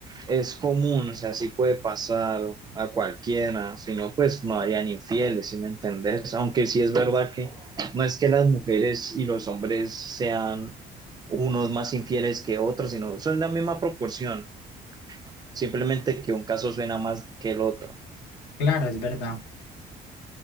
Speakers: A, on the right (about 25°); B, on the left (about 80°).
A: es común, o sea, sí puede pasar a cualquiera, si no, pues no harían infieles, ¿sí me entendés? Aunque sí es verdad que no es que las mujeres y los hombres sean unos más infieles que otros, sino son la misma proporción, simplemente que un caso suena más que el otro.
B: Claro, es verdad.